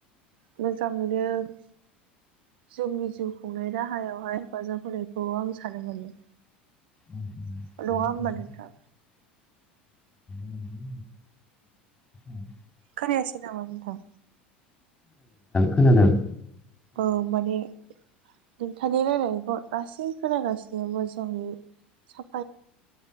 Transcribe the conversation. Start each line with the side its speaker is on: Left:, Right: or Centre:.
Right: मोजां मोनो ‌ जोंनि जिउ खुंनाय राहायावहाय हेफाजाब होनायखौ आं सानो माने।
Left: उम उम,
Right: नङा होमबा
Left: नोंगौ
Right: नोंथां
Left: नोंथां। औ औ <unintelligible>
Right: खोनायासै नामा नोंथां?
Left: खोनादों?
Right: औ माने नोंथानि रायलायनायखौ गासै खोनागासिनो मोजांङि साब